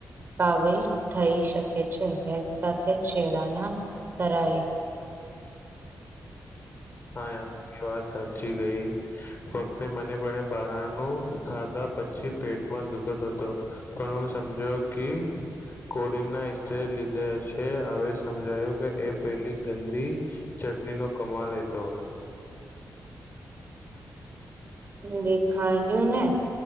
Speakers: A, on the right; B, on the left.
A: કાવિલ થઈ શકે છે સાથે છેડાણા કરાય
B: હ હ વાત સાચી ગઈ વખતે મને પણ બારણું ખાધા પછી પ પેટ દુઃખદ હતો પણ હું સમજો કે કોડિંગનારે લીધે હશે હવે સમજાયું કે એ પેલી ગંદી ચ ચટણી નો કમાલ એેતો
A: દેખાડું ને